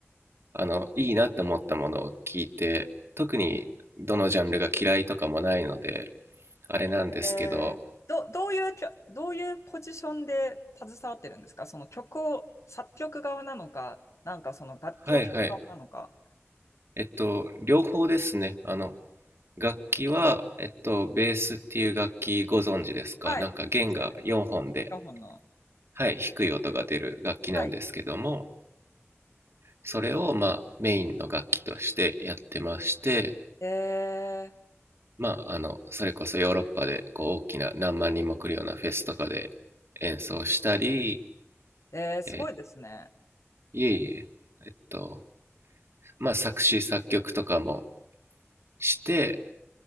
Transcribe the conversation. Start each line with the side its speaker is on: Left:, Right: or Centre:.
Right: あの、いいなって思ったものを聞いて、特にどのジャンルが嫌いとかもないので、あれなんですけど、
Left: えーど、どういうきょ、どういうポジションで携わってるんですかその曲を、作曲側なのか、なんかその楽器を弾く側なのか。
Right: はいはい。えっと、両方ですね。あの、楽器は、えっと、ベースっていう楽器ご存知ですかなんか弦が4本で、
Left: はい。もちろんです。4本の。
Right: はい、低い音が出る楽器なんですけども、
Left: はい。
Right: それを、まあ、メインの楽器としてやってまして、
Left: え
Right: まあ、あの、それこそヨーロッパで、こう、大きな何万人も来るようなフェスとかで演奏したり、
Left: ー、えー、すごいですね。
Right: え、いえいえ、えっと、まあ、作詞作曲とかもして、